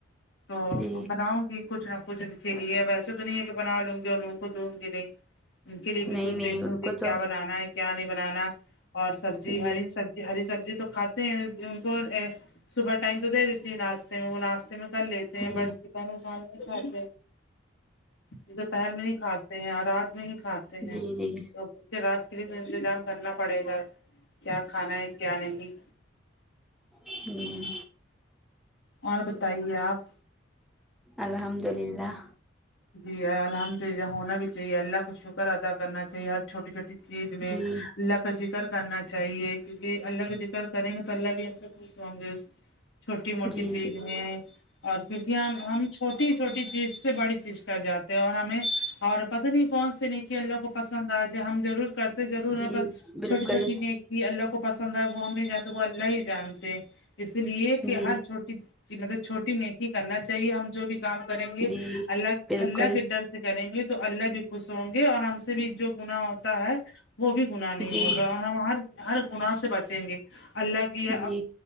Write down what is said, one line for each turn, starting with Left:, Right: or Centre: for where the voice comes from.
Left: تو
Centre: جی
Left: بناؤں گی کچھ نہ کچھ ان کے لیے اب و ایسے تو نہیں ہے کہ بنا لونگے اور لوگوں کو دونگی نہیں ان کے لیے بھی
Centre: نہیں
Left: کچھ
Centre: نہیں
Left: دیکھیں
Centre: ان
Left: گے
Centre: کو
Left: کیا
Centre: تو
Left: بنانا ہے کیا نہیں بنانا اور سبزی
Centre: جی
Left: ہری سبزی ہری سبزی تو کھاتے ہیں ان کو صبح ٹائم سے دے دی وہ ناشتے میں کر لیتے ہیں
Centre: جی
Left: ب میں کھانا نہیں کھاتے یہ دوپہر میں نہیں کھاتے ہیں اور رات میں ہی کھاتے ہیں
Centre: جی جی
Left: تو اس کے رات کے لیے تو انتظام کرنا پڑے گا کیا کھانا ہے کیا نہیں
Centre: ہمم
Left: اور بتائیے آپ
Centre: الحمد اللہ
Left: جی الحمد اللہ ہونا بھی چاہیے اللہ کا شکر ادا کرنا چاہیے ہر چھوٹی چھوٹی چیز میں
Centre: جی
Left: اللہ کا ذکر کرنا چاہیے کیونکہ اللہ کا ذکر کریں گے تو اللہ بھی ہم سے خوش ہوں گے چھوٹی موٹی
Centre: جی
Left: چیز
Centre: جی
Left: میں اور کیونکہ ہم ہم چھوٹی چھوٹی چیز سے بڑی چیز کر جاتے ہیں اور ہمیں اور پتا نہیں کون سے نیکی کہ اللہ کو پسند آ جائے ہم ضرور کرتے ضرور ہے
Centre: جی
Left: پر
Centre: بالکل
Left: چھوٹی چھوٹی نیک ہی اللہ کو پسند آئے وہ ہم نہیں جانتے وہ اللہ ہی جانتے اس لیے کہ
Centre: جی
Left: ہر چھوٹی کہ مطلب چھوٹی نیکی کرنا چاہیے ہم جو بھی کام کریں گے
Centre: جی
Left: اللہ
Centre: بالکل
Left: اللہ کے ڈرسے کریں گے تو اللہ بھی خوش ہونگے اور ہم سے بھی جو گنا ہے وہ بھی گناہ نہیں
Centre: جی
Left: ہوگا اور ہم ہر ہر گناہ سے بچینگے اللہ کی
Centre: جی